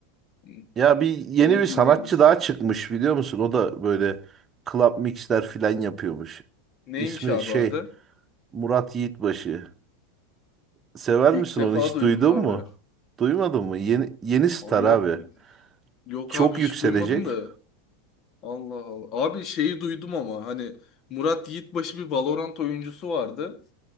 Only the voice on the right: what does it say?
Ya bir yeni
bir sanatçı
daha çıkmış biliyor musun? O da böyle club mixler filan yapıyormuş.
İsmi
şey
Murat Yiğitbaşı. Sever
misin
onu hiç
duydun
mu? Duymadın mı? Yeni, yeni star
abi.
Çok
yükselecek.